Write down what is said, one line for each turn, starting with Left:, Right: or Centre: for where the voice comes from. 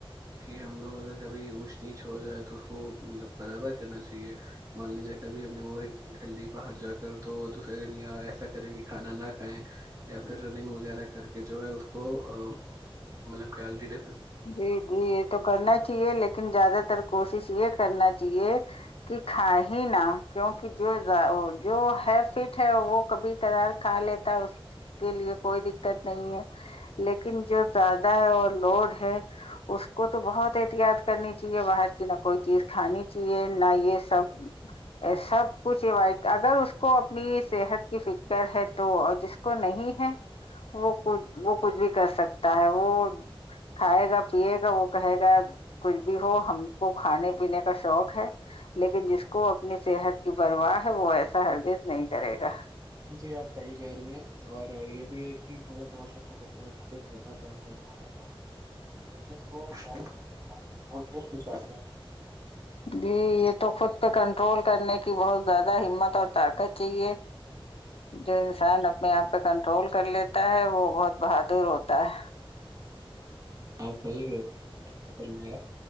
Right: کہ ہم لوگ اگر کبھی وش نہیں چھوڑ جائے تو اس کو مطلب برابر کرنا چاہیے مان لیج جے گا بھی اپ اور گلی باہر جا کر تو دوسرے دن یا ایسا کریں کہ کھانا نہ کھائیں یا پھر رننگ وغیرہ کر کے جو ہے کو مطلبڈ
Left: جی جی یہ تو کرنا ہی چاہیے لیکن زیادہ تر کوشش یہ کرنا چاہیے کہ کھ ہی نہا کیوںکہ جو جو ہے فٹ ہے وہ کبھی کبھار کھا لیتا اس کے لیے کوئی دقت نہیں ہے لیکن جو زیادہ ہے اور لوڈ اس کو تو بہت ہی احت یاد کرنی چاہیے باہر کی نہ کوئی چیز کھانی چاہیے نہ یہ سب سب کچھ اائڈ اگر اس کو اپنی صحت کی فکر ہے تو جس کو نہیں ہے وہ ک وہ کچھ بھی کر سکتا ہے وہ کھائے گا پیے گا وہ کہے گا کچھ بھی ہو ہم کو کھانے پینے کا شوق ہے لیکن جس کو اپنی صحت کی پرواہ ہے وہ ایسا ہردت نہیں کرے گا
Right: جی آپ صحیح کہہ رہی ہیں اور یہ بھی ہے کہ مطلب بہت سارے لوگ اپنے آپ کو فٹ کرنا چاہتے ہیں ہونا چاہتے لیکن وہ ب نہیں لگ پات م دون کچھ آ ن ہاںاں
Left: جی یہ تو خود پہ کنٹرول کرنے کی بہت زیادہ ہمت اور طاقت چاہیے جو انسان اپنے آپ پہ کنٹرول کر لیتا ہے وہ بہت بہادر ہوتا ہے
Right: آپ صحیح کری ف میں